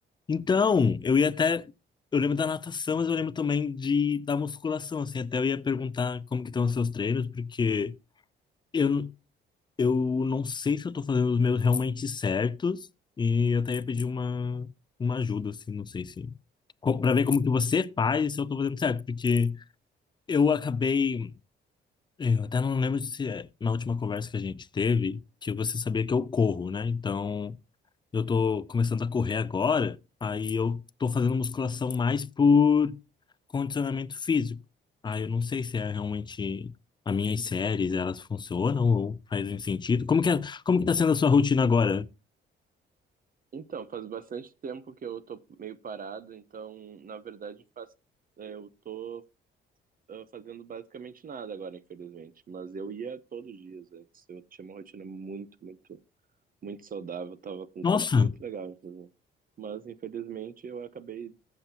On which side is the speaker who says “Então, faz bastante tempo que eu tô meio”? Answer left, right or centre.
Right